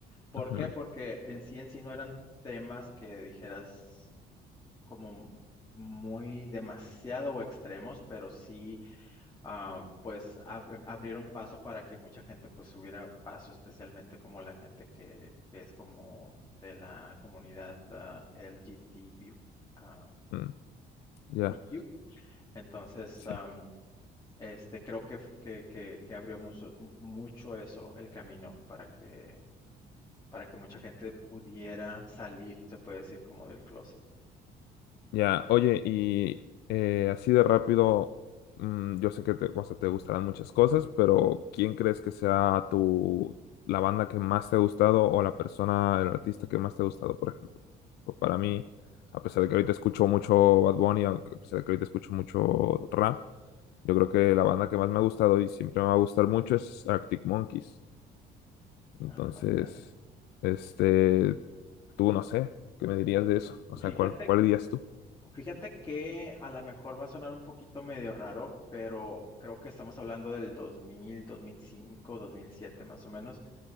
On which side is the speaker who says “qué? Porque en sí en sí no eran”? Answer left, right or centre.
Left